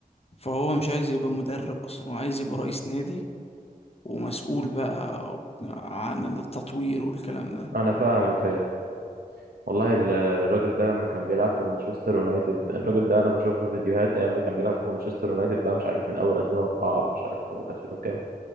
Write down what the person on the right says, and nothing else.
أنا فاهمك أيوة والله ال- الراجل ده لما كان بيلعب في مانشستر يونايتد الراجل ده أنا بشوف له فيديوهات أيام ما كان بيلعب في مانشستر يونايتد بقى مش عارف من أول 2004 ولا مش عارف أول 2000 وكام